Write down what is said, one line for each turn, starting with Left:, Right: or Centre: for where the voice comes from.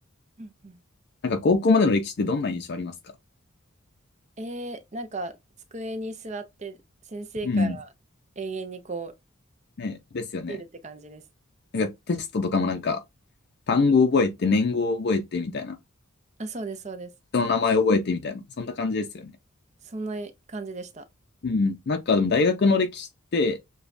Right: うんうん。
Left: なんか高校までの歴史ってどんな印象ありますか
Right: えー、なんか机に座って先生から永遠にこ
Left: うん。ね、ですよね。
Right: う、いるって感じです。
Left: なんかテストとかもなんか単語覚えて、年号覚えてみたいな、
Right: あ、そうです、そうです。
Left: 人の名前覚えてみたいな、そんな感じですよね。
Right: そんな感じでした。
Left: うん。なんかでも大学の歴史って、